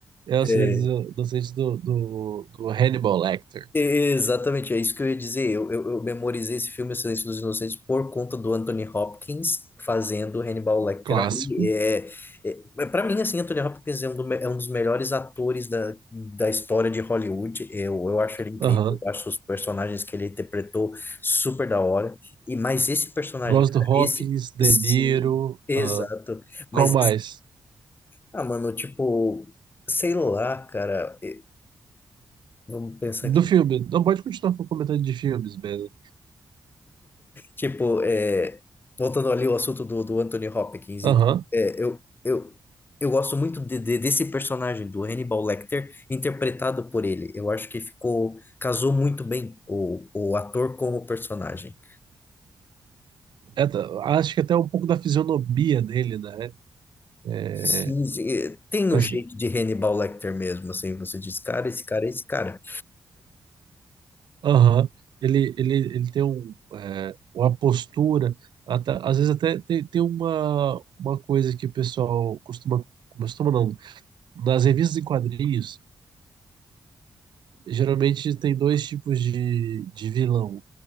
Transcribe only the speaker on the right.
É
O Silêncio dos Inocentes do, do, do Hannibal Lecter.
Clássico.
Aham.
Gosto
do Hopkins,
De
Niro.
ah, qual
mais?
Do
filme. Não pode continuar comentando de filmes mesmo.
Aham.
É, t- acho que até um pouco da fisionomia dele, né? É,
parece
que.
Aham. Ele, ele, ele tem um, é, uma postura, até- às vezes até tem, tem uma, uma coisa que o pessoal costuma. Costuma não. Nas revistas em quadrinhos, geralmente tem dois tipos de, de vilão.